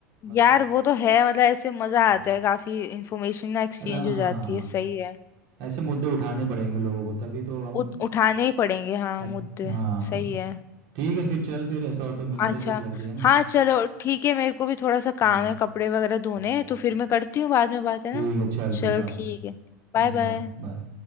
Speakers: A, on the right; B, on the left.
A: मज़ा
B: यार
A: आया
B: वो तो है मतलब ऐसे मजा
A: हम्म
B: आता है काफी इंफॉर्मेशन ना एक्सचेंज
A: अला- हाँ
B: हो जाती है सही है
A: ऐसे मुद्दे उठाने पड़ेंगे लोगों को तभी तो हम
B: उत, उठाने ही पड़ेंगे हाँ
A: अच्छ-
B: मुद्दे
A: हाँ
B: सही है
A: ठीक है फिर चल फिर ऐसा हो तो मिलते
B: अच्छा
A: हैं फिर जल्दी है ना
B: हाँ चलो ठीक है मेरे को भी थोड़ा सा काम
A: हम्म
B: है कपड़े वगैरह धोने
A: ठीक
B: हैं तो
A: है
B: फिर मैं करती हूँ बाद में बात है
A: ठीक
B: ना
A: है चल फिर
B: चलो
A: बाय
B: ठीक है Bye bye
A: Bye bye